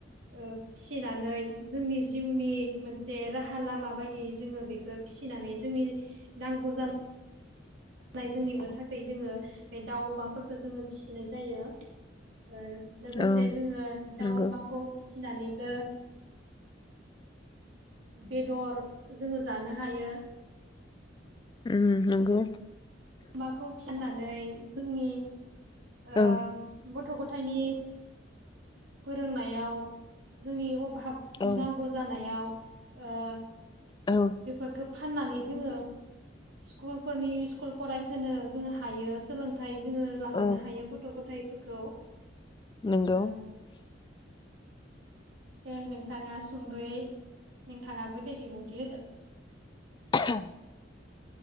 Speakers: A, on the right; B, on the left.
A: ओ फिसिनानै ओ जोंनि जिउनि मोनसे राहा लामा बायदियै जोङो बेखो फिसिनानै जोंनि नांगौ जान नाय जोंनिबो थाखै जोङो बे दाउ अमाफोरखो जोङो फिसिनाय जायो ओ लोगोसे
B: औ
A: जोङो दाउ
B: नंगौ
A: अमाखौ फिस फिनानैबो बेदर जोङो जानो हायो
B: उ नंगौ
A: माखौ फिसि नानै जोंनि ओ
B: औ
A: बुथ गथ गथायनि फोरोंनायाव जोंनि भाब
B: औ
A: नांगौ जानायाव ओ
B: औ
A: बेफोरखो फाननानै जोङो स्कुलफोरनि स्कुल फरायहोनो जोंङ हायो सोलोंथाइ जोङो लाहोना
B: औ
A: गथ गथायफोरखौ ओ
B: नंगौ
A: दे नोंथाङा सुंद'यै नोंथाङाबो दे बिबुं गेदा
B: आहाम